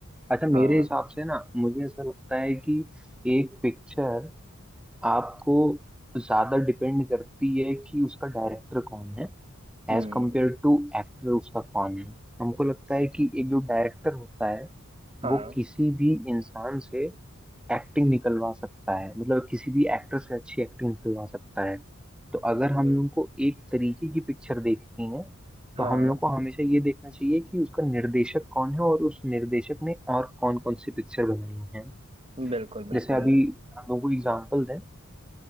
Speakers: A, in the centre; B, on the right (about 25°).
A: अच्छा मेरे
B: हाँ
A: हिसाब से ना मुझे ऐसा लगता है कि एक पिक्चर आपको ज्यादा डिपेंड करती है कि उसका डायरेक्टर कौन है
B: हम्म
A: एज कंपेयर टू एक्टर उसका कौन है हमको लगता है कि एक जो डायरेक्टर होता है
B: हाँ
A: वो किसी भी इंसान से एक्टिंग निकलवा सकता है मतलब किसी भी एक्टर से अच्छी एक्टिंग निकलवा सकता है तो
B: ब-
A: अगर हम लोग को एक तरीके की पिक्चर देखनी है
B: हाँ
A: तो हम लोग को हमेशा ये देखना चाहिए कि उसका निर्देशक कौन है और उस निर्देशक ने और कौन कौन सी पिक्चर बनाई है
B: बिल्कुल बिल्कुल
A: जैसे अभी हम लोग को एग्जाम्पल दें